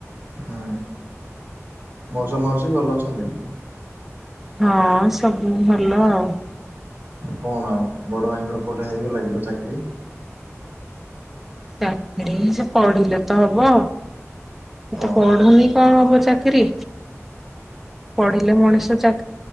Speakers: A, on the right (about 40°); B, in the centre.
A: ହୁଁ ମୌସମସ ଭଲ ଅଛନ୍ତି।
B: ହଁ ସବୁ ଭଲ ଆଉ
A: କଣ ଆଉ ବଡ ଭାଇଙ୍କର କୋଉଠି ହେଇବ ଲାଗିଲ ଚାକିରି
B: ଚାକିରି ସେ ପଢିଲେ ତ ହବ ଏ ତେ
A: ଓହୋ
B: ପଢୁନି କଣ ହବ? ସକର ପଢିଲେ ମଣିଷ ଚା